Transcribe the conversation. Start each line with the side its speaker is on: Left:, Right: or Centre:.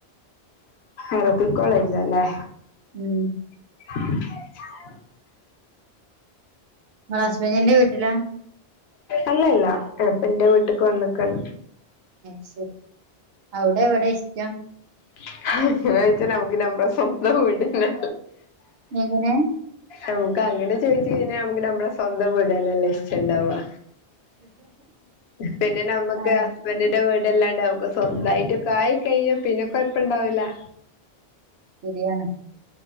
Left: അറബി കോളേജാല്ലേ
Right: ഉം
Left: <inaudible>
Right: ഇങ്ങള് ഹസ്ബൻറിന്റെ വീട്ടിലാ
Left: അല്ലല്ലഅ ഇപ്പന്റെ വീട്ട്ക്ക് വന്നെക്കാണ്
Right: അഹ് ശെരി ഔടെ ഇ ബെടെ ഇഷ്ടം
Left: <unintelligible> എങ്ങാനോയ്ച്ചാല് നമുക്ക് നമ്മടെ സ്വന്തം വീട്ന്നല്ലെ
Right: എങ്ങനെ
Left: നമുക്ക് അങ്ങനെ ചോദിച്ച് കഴിഞ്ഞാ നമുക്ക് നമ്മളെ സ്വന്തം വീടന്നെല്ലേ ഇഷ്ടണ്ടാവാ പിന്നെ നമ്മുക്ക്
Right: ആ
Left: ഹസ്ബന്റിന്റെ വീട് ടല്ലാണ്ടെ നമുക്ക് സ്വന്തായിട്ടൊക്കായി കഴിഞ്ഞാ പിന്നൊകൊയ്പ്പണ്ടാവൂലാ
Right: ശരിയാണ്